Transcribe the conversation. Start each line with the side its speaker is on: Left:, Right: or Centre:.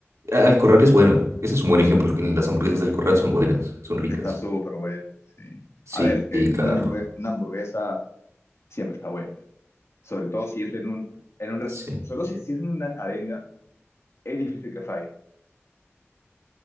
Right: Al Corral es bueno. Ese es un buen ejemplo. que Las hamburguesas del Corral son buenas, son ricas.
Left: están súper buenas, sí.
Right: Sí,
Left: A ver, es que
Right: y claro.
Left: una hamburguesa, una hamburguesa siempre está buena. Sobre todo si es en un, en un res-
Right: Sí.
Left: sobre todo si si es en una cadena, es difícil que falle.